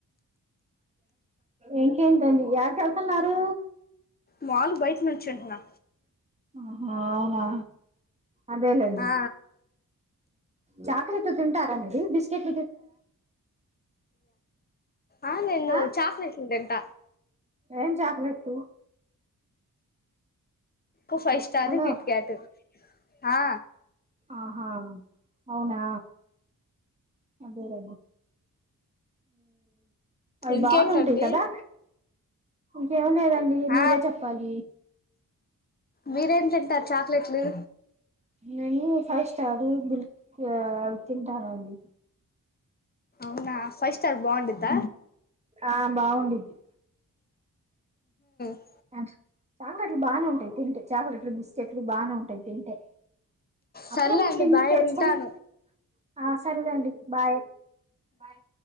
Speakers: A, on the right; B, on the left.
A: ఇంకేంటండి యాడికి వెళ్తున్నారు
B: మాములు బయట నుంచుంటున్నా
A: ఆహా అవునా అదేలేండి
B: ఆ
A: చాక్లెట్ తింటారా మీరు బిస్కెట్
B: ఆ నేను
A: ఆ
B: చాక్లేెట్ తింట
A: ఏం చాక్లెట్
B: ఇ ఫైవ్ స్టారు
A: హలో
B: కిట్కాట్ ఆా
A: ఆహా అవునా అదేద అవి
B: ఇంకేంటండి
A: బాగునే ఉంటాయి కదా ఇంకేం లేదండి మీరే
B: ఆ
A: చెప్పాలి
B: మీరేం తింటారు చాక్లెట్లు
A: నను ఫస్ట్ చది బల్ తింటానండి
B: వునా ఫైవ్ స్టార్ బాగుండద్ద
A: ఆ బాగుండిద్ది
B: హ
A: అ చాక్లెట్లు బాగానే ఉంటాయి తింటే చాక్లెట్లు బిస్కెట్లు బాగానే ఉంటాయి తింటే అప్పుడప్పుడు
B: సర్లే అండి
A: తిండి
B: బాయ్
A: తెచ్చుకొని
B: ఉంటాను
A: ఆ సరెలేండి బాయ్ బాయ్